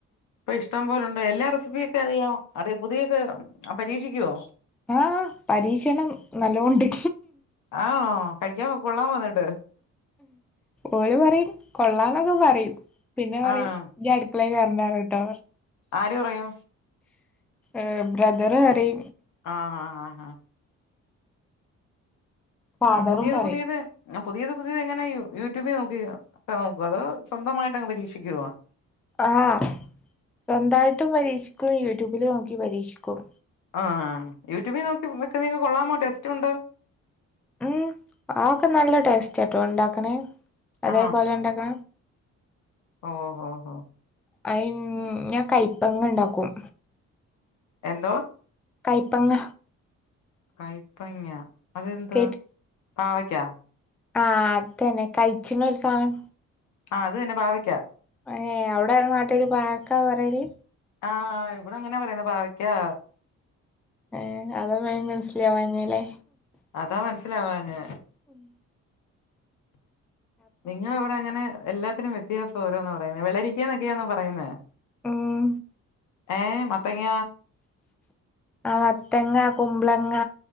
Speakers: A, on the left; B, in the centre.
A: ഇപ്പൊ ഇഷ്ടം പോലുണ്ടണ്ട് എല്ലാ റെസിപ്പിയൊക്കെ അറിയാം അറിയോ പുതിയൊക്കെ പരീക്ഷിക്കുവോ
B: ആഹ് പരീക്ഷണം നല്ലോണ്ട്
A: ആഹ് കഴിക്കാൻ കൊള്ളാൻ പോന്നിട്ട്..
B: ഓള് പറയും കൊള്ളാംന്നൊക്കെ പറയും പിന്നെ പറയും..
A: ആഹ്
B: മ കണ്ട കേട്ടോ
A: ആര് പറയും
B: ആന് ബ്രദർ അറി
A: ആഹ് ആഹ് ഹാ ഹാ
B: ഫാദറും
A: ആഹ് പുതിയത്
B: പറയും
A: പുതിയത് പുയത് പുതിയത് എങ്ങനെ യ യൂട്യൂബിൽ നോക്ക ഒക്കെ നോക്കോ അതോ സ്വന്തമായിട്ട്ങ് പരീക്ഷിക്കോ
B: ആഹ് സ്വന്തമായിട്ടും പരീക്ഷിക്കും യൂട്യൂബില് നോക്കി പരീക്ഷിക്കും
A: ആഹ്യൂട്യൂബിൽ നോക്കി വെക്കുന്നക്ക കൊള്ളാമോ ടെസ്റ്റുണ്ടോ.
B: ഉം ആഹ് ഒക്കെ നല്ല ടേസ്റ്റ്ട്ടോ ഉണ്ടാക്കണേ അതേപോലെ
A: ആ
B: ഉണ്ടാക്കണാ
A: ഓഹ് ഓഹ്
B: അ ഞാൻ കയ്പങ്ങ് ഉണ്ടാക്കും.
A: എന്തോ
B: കൈപ്പങ്ങ
A: കയ്പ്പങ്ങ അതെന്താ
B: കേട്ട്
A: പാവക്കാ
B: ആഹ് അത തന്നെ കഴിച്ചിന്ന ഒരു സാധനം
A: ആഹ് അത് തന്നെ പാവിക്കാ
B: ഏഹ് എവിടെയി നാട്ടല് പവക്കാ പറയല്
A: ആഹ് ഇവിടെ അങ്ങനെ പറയുന്ന പാവയ്ക്കാ
B: ഏഹ്അതൊന്ന മനസ്സിലാവാന്നല്ലേ
A: അതാ മനസ്സിലാവാത്തെ
B: ഉ <inaudible>
A: നിങ്ങള എവിടെ ഇങ്ങനെ എല്ലാത്തിനും വ്യത്യാസം ഓരോന്ന് പറയുന്നത് വെള്ളരിക്ക ന്നൊക്കെയാന്നോ പറയുന്നേ
B: ഉം
A: ഏ മത്തങ്ങ
B: ആ മത്തങ്ങ കുമ്പളങ്ങ